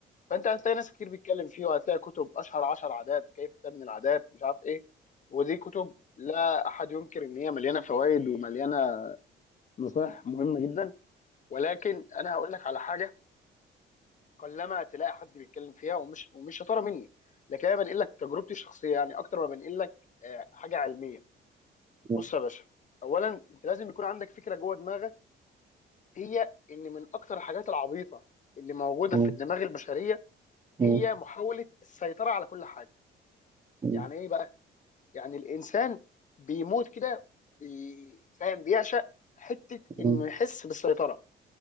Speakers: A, on the left; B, on the right.
A: فانت هتلاقي ناس كتير بيتكلم فيه وهتلاقي كتب اشهر عشر عادات كيف تبني العادات مش عارف ايه ودي كتب لا احد ينكر ان هي مليانة فوائد ومليانة نصائح مهمة جدا ولكن انا هقول لك على حاجة قلما تلاقي حد بيتكلم فيها ومش ومش شطاره مني لكن انا بنقل لك تجربتي الشخصيه يعني اكتر ما بنقل لك آه، حاجه علميه
B: مم.
A: بص يا باشا اولا انت لازم يكون عندك فكره جوه دماغك هي ان من اكتر الحاجات العبيطه اللي موجوده
B: مم.
A: في الدماغ البشريه
B: مم.
A: هي محاوله السيطره على كل حاجه
B: مم.
A: يعني ايه بقى يعني الانسان بيموت كده بي- فاهم بيعشق حته انه
B: مم.
A: يحس بالسيطره